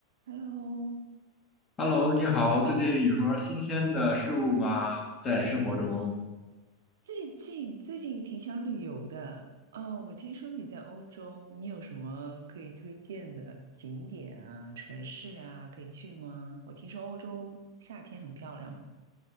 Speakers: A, on the right; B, on the left.
A: Hello，
B: Hello，你好，最近有什么新鲜的事物吗？在生活中？
A: 最近最近挺想旅游的哦。我听说你在欧洲，你有什么可以推荐的景点啊、城市啊，可以去吗？我听说欧洲夏天很漂亮。